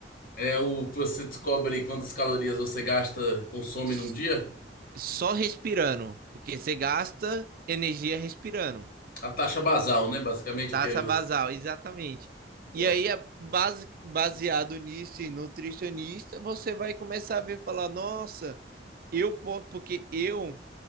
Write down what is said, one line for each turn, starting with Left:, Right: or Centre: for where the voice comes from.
Left: É o que você descobre quantas calorias você gasta, consome
Right: S-
Left: num dia?
Right: Só respirando, porque você gasta energia respirando.
Left: A taxa basal, né? Basicamente
Right: Taxa
Left: aquele lance.
Right: basal, exatamente.
Left: Boa.
Right: E aí, a base, baseado nisso, e nutricionista, você vai começar a ver, falar, nossa, eu posso, porque eu